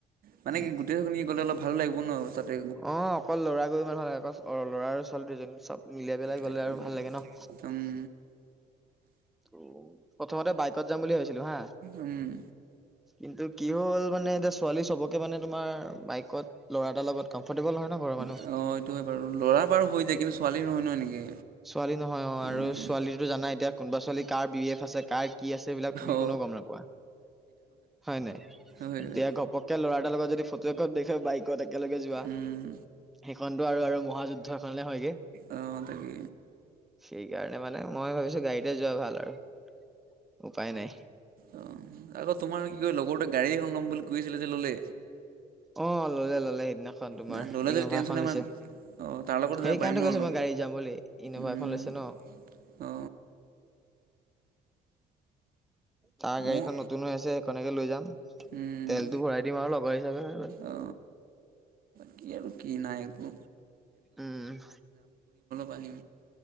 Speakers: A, on the right (about 60°); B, in the centre.
A: মানে
B: উম
A: কি গোটেই খিনি গ'লে অলপ অ ভাল লাগিব ন তাতে
B: অ অকল লৰা গৈ ইমান ভাল লাগে অ ল'ৰা আৰু ছোৱালী দুজনী চব মিলাই পেলাই
A: তাকে
B: গলে আৰু ভাল লাগে ন
A: উম
B: প্ৰথমতে বাইকত যাম বুলি ভাবি <unintelligible> হা
A: উম
B: কিন্তু কি হ'ল মানে এতিয়া ছোৱালী চবকে মানে তোমাৰ বাইকত ল'ৰা এটাৰ লগত কম ফ'ৰৰ্টেবল নহয় ন ঘৰৰ মানুহ
A: অ এইটো হয় বাৰু ল'ৰা বাৰু হৈ যায় কিন্তু ছোৱালী নহয় ন এনেকে
B: ছোৱালী নহয় অ আৰু
A: উম
B: ছোৱালীো জানা এতিয়া কোনোবা ছোৱালী কাৰ বি এফ আছে কাৰ কি আছে এইবিলাক তুমি
A: অ
B: কোনেও গম নাপোৱা হয় নাই
A: হয়
B: এতিয়া
A: হয়
B: ঘপককে ল'ৰা যদি ফটো এখন দেখ বাইক ত একেলগে যোৱা
A: উম
B: সেইখনতো আৰু মহা যুদ্ধ খালে হয়য়ে
A: অ তাকে
B: সেইকাৰণে মানে মই ভাবিছো গাড়ীতে যোৱা ভাল আৰু উপায় নাই
A: অ আকৌ তোমাৰ কি ক লগৰতোৱে গড়ী এখন লম বুলি কৈছিলে যে ল'লে
B: অ ল'লে ল'লে সেইদিনা এখন তোমাৰ
A: নাই ল'লে
B: ইন'ভা
A: যদি টেনচন
B: এখন
A: ইমান
B: লৈছে
A: অ তাৰ লগতে
B: সেই
A: যাব পাৰিম
B: কাৰণতে
A: ন
B: কৈছো
A: অলপ
B: মই গাড়ী যাম বুলি ইন'ভা
A: উম
B: এখন লৈছে ন
A: অ
B: তাৰ গাড়ীখন
A: মোৰ
B: নতুন হৈ আছে খনকেই লৈ যাম
A: উম
B: তেলটো ভৰাই দিম আৰু লগৰ হিচাপে হৈ গ'ল
A: অ কি আৰু কি নাই একো
B: উম
A: পানী